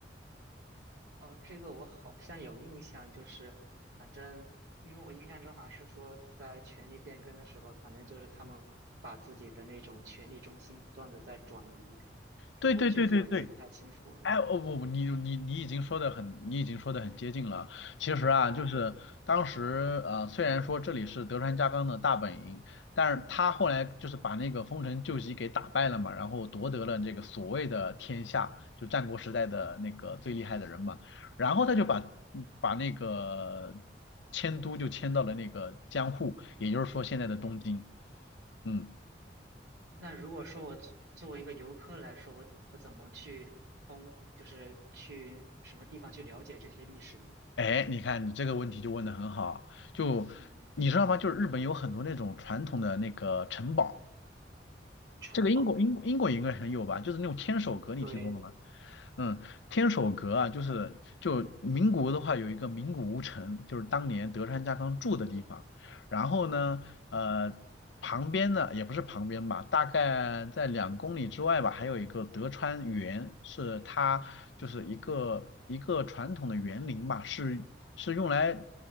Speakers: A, on the right (about 70°); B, on the left (about 85°).
A: 哦，这个我好像有印象，就是反正因为我印象中好像是说，在权力变更的时候，反正就是他们把自己的那种权力中心不断的在转移，只不过具体我记不太清楚了。
B: 对对对对对哎，哦不，不，你你你已经说的很，你已经说的很接近了。其实啊，
A: 啊，
B: 就是当时呃，虽然说这里是德川家康的大本营，但是他后来就是把那个丰臣秀吉给打败了嘛，然后夺得了这个所谓的天下，就战国时代的那个最厉害的人嘛。
A: 嗯
B: 然后他就把嗯把那个迁都就迁到了那个江户，也就是说现在的东京。
A: 嗯，
B: 嗯。
A: 那如果说我作作为一个游客来说，我我怎么去通，就是去什么地方去了解这些历史呢？
B: 哎，你看你这个问题就问的很好，就你知道吗？
A: 嗯，
B: 就是日本有很多那种传统的那个城堡，
A: 城堡，
B: 这个英国英国英国应该很有吧？就是那种天守阁，你听说过吗？
A: 对，
B: 嗯，天守阁啊，就是就名古屋的话，有一个名古屋城，就是当年德川家康住的地方。然后呢，呃，
A: 嗯
B: 旁边呢也不是旁边吧，大概在两公里之外吧，还有一个德川园，是它就是一个一个传统的园林吧，是是用来，